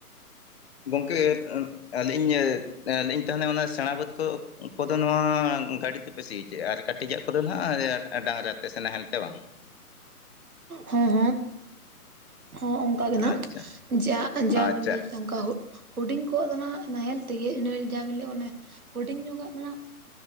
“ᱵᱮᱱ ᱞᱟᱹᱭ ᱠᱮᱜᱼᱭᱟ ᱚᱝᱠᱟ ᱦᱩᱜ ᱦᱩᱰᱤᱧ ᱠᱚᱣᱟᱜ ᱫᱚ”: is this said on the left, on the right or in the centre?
Right